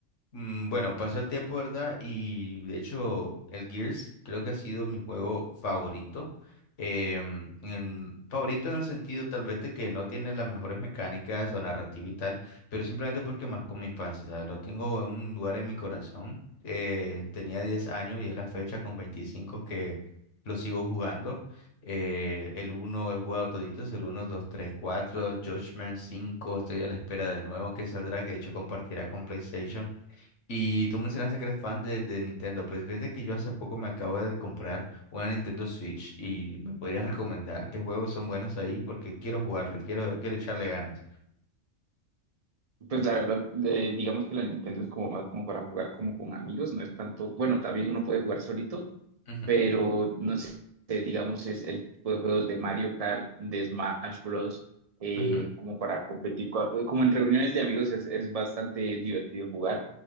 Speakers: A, on the left; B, on the right.
A: Mm, Bueno, pasó el tiempo, ¿verdad? Y de hecho, el Gears creo que ha sido mi juego favorito. Em, en- favorito en el sentido tal vez de que no tiene las mejores mecánicas o narrativa y tal, pero simplemente porque marcó mi infancia, ¿sabes? Lo tengo en un lugar en mi corazón. Eh, tenía 10 años y es la fecha con 25 que lo sigo jugando. Eh, el uno he jugado toditos, el uno 2 3 4 Judgment cinco estoy a la espera del nuevo que saldrá, que de hecho compartirá con PlayStation. Y tú mencionaste que eres fan de, de Nintendo, pues fíjate que yo hace poco me acabo de comprar una Nintendo Switch y me podrías recomendar qué juegos son buenos ahí porque quiero jugarlo, quiero, quiero echarle ganas.
B: pues la verdad, eh, digamos que la Nintendo es como más como para jugar como con amigos, no es tanto, bueno, también uno puede jugar solito,
A: Ujú,
B: pero no sé, digamos, es el tipo de juegos de Mario Kart, de Smash Bros. eh,
A: ujú,
B: como para competir, co- como en reuniones de amigos es, es bastante divertido jugar.